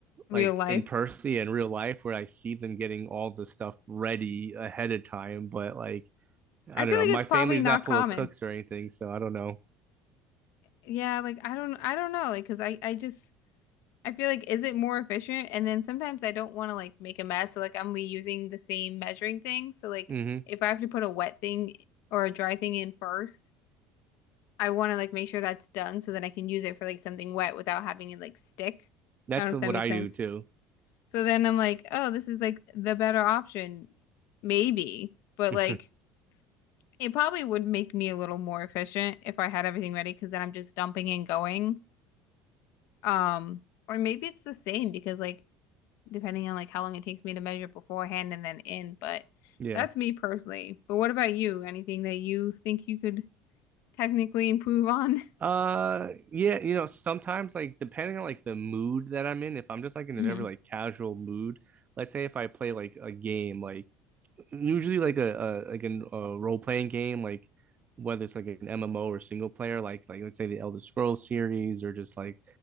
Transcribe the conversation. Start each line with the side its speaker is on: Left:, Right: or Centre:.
Left: real
Right: like
Left: life.
Right: in person in real life, where I see them getting all the stuff ready ahead of time. But like I
Left: I
Right: don't
Left: feel
Right: know,
Left: like
Right: my
Left: it's probably
Right: family's
Left: not
Right: not
Left: common.
Right: full of cooks or anything, so I don't know.
Left: Yeah, like I don't I don't know like 'cause I I just I feel like is it more efficient? And then sometimes I don't want to like make a mess, so like I'm reusing the same measuring thing. So like
Right: Mm-hmm.
Left: if I have to put a wet thing or a dry thing in first, I want to like make sure that's done so that I can use it for like something wet without having it like stick.
Right: That's
Left: I don't know
Right: what
Left: if that makes
Right: I
Left: sense.
Right: do too.
Left: So then I'm like, oh, this is like the better option, maybe. But
Right: <laughs>
Left: like, it probably would make me a little more efficient if I had everything ready because then I'm just dumping and going. Um, or maybe it's the same because like depending on like how long it takes me to measure beforehand and then in. But
Right: yeah.
Left: that's me personally. But what about you? Anything that you think you could technically improve on?
Right: Uh, yeah, you know, sometimes like depending on like the mood that I'm in, if I'm just like in
Left: <laughs>
Right: a
Left: hmm
Right: very like casual mood, let's say if I play like a game like usually like a, a like an, a role playing game, like whether it's like an MMO or single player, like like let's say the Elder Scrolls series or just like